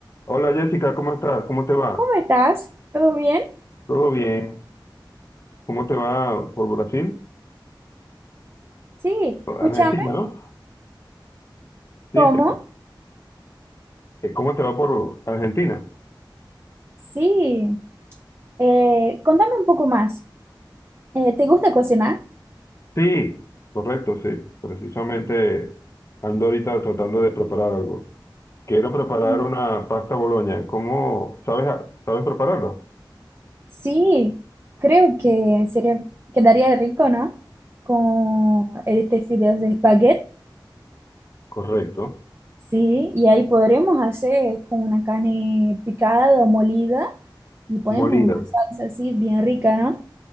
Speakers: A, on the left; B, on the right.
A: Hola Jessica, ¿cómo estás? ¿Cómo te va?
B: ¿Cómo estás? ¿Todo bien?
A: ¿Todo bien? ¿Cómo te va por Brasil?
B: Sí, escúchame.
A: Argentina, ¿no? Sí,
B: ¿Cómo?
A: te- te- ¿cómo te va por Argentina?
B: Sí. Eh, contame un poco más. Eh, ¿te gusta cocinar?
A: Sí, correcto, sí. Precisamente ando ahorita tratando de preparar algo. Quiero preparar
B: Sí,
A: una pasta boloña. ¿Cómo? ¿Sabes, a- sabes prepararla?
B: Sí, creo que sería, quedaría rico, ¿no? Con este fideos de espagueti.
A: Correcto.
B: Sí, y ahí podremos hacer con una carne picada o molida y ponemos
A: Molida.
B: una salsa así bien rica, ¿no?